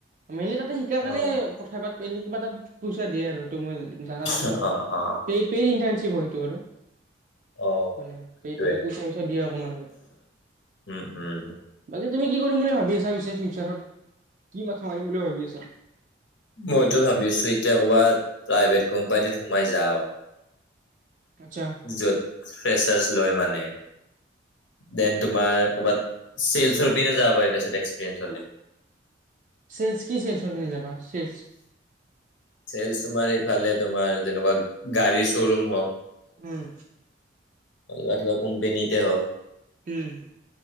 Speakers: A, on the right; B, on the left.
A: মেইনলি তাতে শিকাৰ
B: অ',
A: কাৰণে পথাৰ পাতবি কিবা এটা পইচা দিয়ে আৰু সেইটো মই জাগাত আৰু
B: অ',
A: কিবা এটা
B: অ',
A: এই পেইড চিপ সেইটো আৰু।
B: অ'।
A: মানে
B: সেইটোৱে
A: এই তাতে পইচা তইছা দিয়ে অকমান আৰু
B: উম, উম,
A: বাকী তুমি কি কৰিম বুলি ভাবি আছা পিছে ফিউচাৰত? কি মাথা মাৰিম বুলি ভাবি আছা?
B: মইতো ভাবিছো এতিয়া ক'বাত প্ৰাইভেট কোম্পানীত সোমাই যাওঁ।
A: আচ্ছা
B: য'ত ফ্ৰেচাৰ্চ লয়, দেন তোমাৰ মানে চেলছৰ পিনে যাব পাৰি তাৰপিছত এক্সপেৰিয়েণ্স হ'লে।
A: চেল্ছ কি চেল্ছৰ পিনে যাম? বা চেল্ছ
B: চেল্ছ তোমাৰ এফালে তোমাৰ যেনেকুৱা গাড়ী শ্ব'ৰুম হওঁক।
A: উম
B: বা কিবা কোম্পানীতে হওঁক।
A: উম।